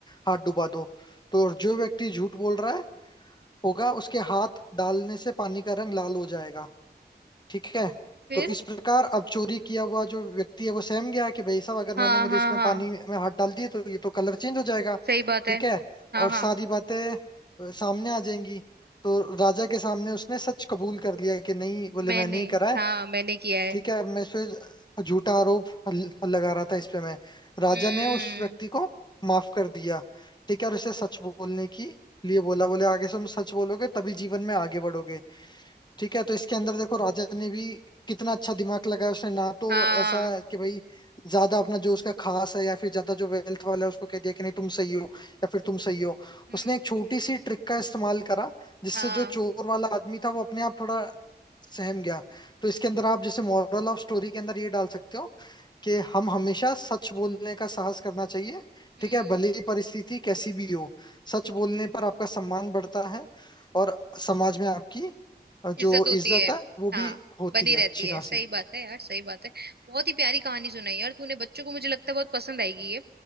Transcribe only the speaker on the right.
फिर
हाँ
हाँ
हाँ
सही बात
है
हाँ
हाँ
मैंने
हाँ मैंने किया है
हम्म
हाँ
हम्म
हाँ
हम्म
इज्जत
होती
है
हाँ
बनी
रहती
है सही बात है यार सही बात है बहुत ही प्यारी कहानी सुनाई यार तूने बच्चों को मुझे लगता है बहुत पसंद आएगी ये